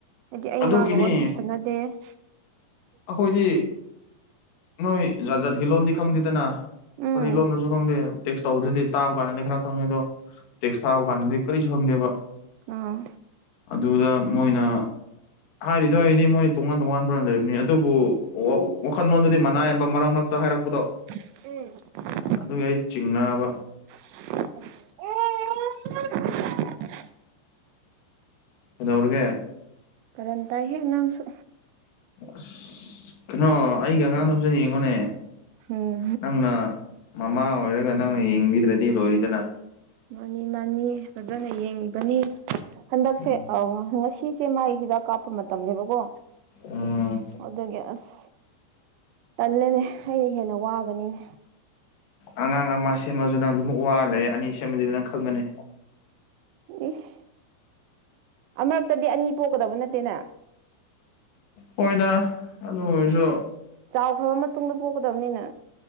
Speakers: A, on the right (about 80°); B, on the left (about 75°).
A: ꯍꯥꯏꯗꯤ ꯑꯩ
B: ꯑꯗꯨꯒꯤꯅꯤ
A: ꯃꯥꯒ ꯋꯥꯔꯤ ꯅꯠꯇꯦ
B: ꯑꯩꯈꯣꯏꯗꯤ ꯅꯣꯏ ꯖꯥꯠ ꯖꯥꯠꯀꯤ ꯂꯣꯟꯗꯤ ꯈꯪꯗꯦꯗꯅ
A: ꯎꯝ
B: ꯀꯔꯤ ꯂꯣꯟꯅꯁꯨ ꯈꯪꯗꯦ ꯇꯦꯛꯁ ꯇꯧꯕꯗꯨꯗꯤ ꯇꯥꯕ ꯀꯥꯟꯗꯗꯤ ꯈꯔ ꯈꯪꯉꯦ ꯑꯗꯣ ꯇꯦꯛꯁ ꯊꯥꯕ ꯀꯥꯟꯗꯗꯤ ꯀꯔꯤꯁꯨ ꯈꯪꯗꯦꯕ
A: ꯑꯥ
B: ꯑꯗꯨꯗ ꯃꯣꯏꯅ ꯍꯥꯏꯔꯤꯗꯣ ꯑꯩꯗꯤ ꯃꯣꯏ ꯇꯣꯉꯥꯟ ꯇꯣꯉꯥꯟꯕ ꯂꯩꯕꯅꯤ ꯑꯗꯨꯕꯨ ꯋꯥꯈꯜꯂꯣꯟꯗꯨꯗꯤ ꯃꯅꯥꯏꯕ ꯃꯔꯛ ꯃꯔꯛꯇ ꯍꯥꯏꯔꯛꯄꯗꯣ
A: ꯎꯝ
B: ꯑꯗꯨꯒꯤ ꯑꯩ ꯆꯤꯡꯅꯕ
A: ꯑꯣ <inaudible>
B: ꯀꯩꯗꯧꯔꯒꯦ
A: ꯀꯔꯟ ꯇꯥꯢꯍꯦ ꯑꯉꯥꯡꯁꯨ
B: ꯑꯁ ꯀꯩꯅꯣ ꯑꯩꯒ ꯑꯉꯥꯡꯗ ꯍꯧꯖꯅꯤꯡꯕꯅꯦ
A: ꯎꯝ
B: ꯅꯪꯅ ꯃꯃꯥ ꯑꯣꯏꯔꯒ ꯅꯪꯅ ꯌꯦꯡꯕꯤꯗ꯭ꯔꯗꯤ ꯂꯣꯏꯔꯤꯗꯅ
A: ꯃꯥꯅꯤ ꯃꯥꯅꯤ ꯐꯖꯅ ꯌꯦꯡꯉꯤꯕꯅꯤ ꯍꯟꯗꯛꯁꯦ
B: ꯎꯝ
A: ꯉꯁꯤ ꯁꯤꯁꯦ ꯃꯥꯥꯏ ꯍꯤꯗꯥꯛ ꯀꯥꯞꯄ ꯃꯇꯝꯅꯦꯕꯀꯣ
B: ꯎꯝ
A: ꯑꯗꯨꯒꯤ ꯑꯁ ꯇꯜꯂꯦꯅꯦ ꯑꯩꯅ ꯍꯦꯟꯅ ꯋꯥꯒꯅꯤꯅꯦ
B: ꯑꯉꯥꯡ ꯑꯃ ꯁꯦꯝꯃꯁꯨ ꯅꯪ ꯑꯗꯨꯝ ꯋꯥꯔ ꯂꯩ ꯑꯅꯤ ꯁꯦꯝꯃꯗꯤ ꯑꯗꯨ ꯅꯪ ꯈꯪꯒꯅꯤ
A: ꯏꯁ ꯑꯃꯨꯔꯛꯇꯗꯤ ꯑꯅꯤ ꯄꯣꯛꯀꯗꯧꯕ ꯅꯠꯇꯦꯅ
B: ꯍꯣꯏꯗ ꯑꯗꯨ ꯑꯣꯏꯔꯁꯨ
A: ꯆꯥꯎꯈ꯭ꯔꯕ ꯃꯇꯨꯡꯗ ꯄꯣꯛꯀꯗꯕꯅꯤꯅ